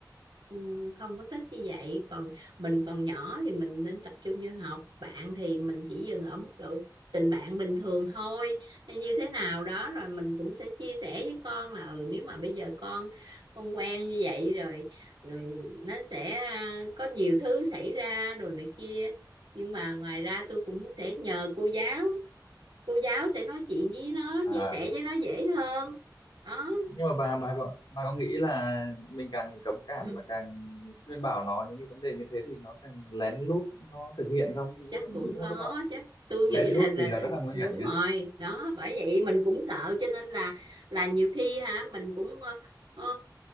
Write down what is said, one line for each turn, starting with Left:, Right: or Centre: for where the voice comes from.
Right: ừ, không có thích như vậy còn mình còn nhỏ thì mình nên tập trung vô học bạn thì mình chỉ dừng ở mức độ tình bạn bình thường thôi hay như thế nào đó rồi mình cũng sẽ chia sẻ với con là ừ nếu mà bây giờ con con quen như vậy rồi rồi nó sẽ à, có nhiều thứ xảy ra đồ này kia nhưng mà ngoài ra tôi cũng sẽ nhờ cô giáo cô giáo sẽ nói chuyện với nó
Left: à
Right: chia sẻ với nó dễ hơn đó
Left: nhưng mà bà bà có bà có nghĩ là mình càng cấm cản
Right: <clears throat>
Left: mà càng khuyên bảo nó những cái vấn đề như thế thì nó càng lén lút nó thực hiện không những
Right: chắc cũng
Left: những
Right: có
Left: lúc mà
Right: chắc tôi
Left: lén
Right: nghĩ là
Left: lút
Right: là
Left: thì là
Right: ừ,
Left: rất là nguy
Right: đúng
Left: hiểm nhá
Right: rồi đó bởi vậy mình cũng sợ cho nên là là nhiều khi hả mình cũng ờ, ờ,